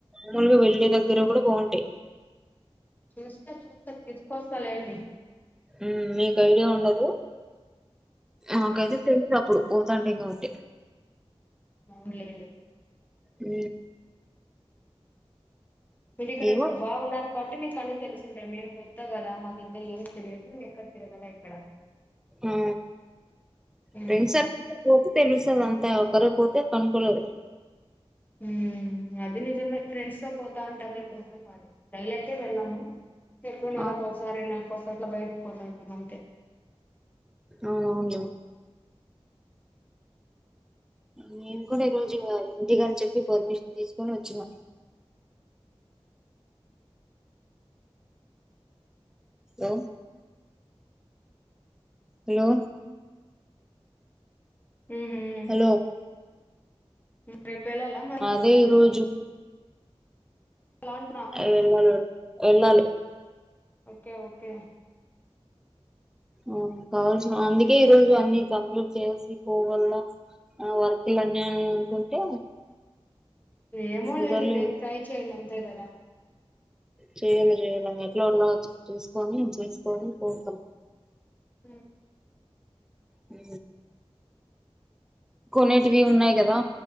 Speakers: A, in the centre; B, on the left (about 15°).
A: మాములుగా వెల్లి దగ్గర గూడా బావుంటాయి
B: చూస్తా చూస్తా తీసుకొస్తాలెండి
A: ఉ మీకు ఐడియా ఉందా అది
B: హ్మ్.
A: నాకైతే తెలుసప్పుడు పోతుంటాయి గాబట్టి
B: ఔన్లెండి
A: ఊ
B: మీకిక్కడ
A: ఏమో
B: ఎక్కు బాగు ఉన్నారు కాబట్టి మీకన్ని తెలుసు మేము కొత్త గదా మాకు ఇంక ఏం తెలియదు ఎక్కడ తిరగలే ఎక్కడ
A: ఊ
B: ఉమ్
A: ఫ్రెండ్సర్ పోపు తెలుసు అదంతా ఒకరు పోతే కనుకొలేరు
B: ఊ అది నిజమే ఫ్రెండ్స్తో పోతా ఉంటా మేము రైలయితే వెళ్ళము ఎప్పుడు నెలకోసారి
A: ఆ
B: రెండు నెలలకొసారి అట్లా బయటకు పోతాఉంటామంతే
A: అవునవును నేన్కూడా ఈరోజుగా ఇంటికని చెప్పి పర్మిషన్ తీసుకొని వచ్చిన ఓ హలో
B: ఉహూ
A: <unintelligible>
B: ఉ రేపేల్లలా మళ్లీ
A: దే ఈరోజు
B: లాంటినా
A: యెల్లాల యెల్లాలి
B: ఓకె ఓకె
A: ఊ కావల్సిన అందుకే ఈరోజు అన్ని కంప్లీట్ చేసి పోవల్ల ఆ వర్క్లని అనుకుంటే
B: ఏమోలేండి
A: కుదరలేదు
B: రేపు ట్రై చేయ్యాలా అంతే కదా
A: చేయంగా చేయంగా ఎట్లా ఉన్న చేసుకోని చేసుకోవాలని కోంటం
B: ఉ
A: ఉ కొనేటివి ఉన్నాయి కదా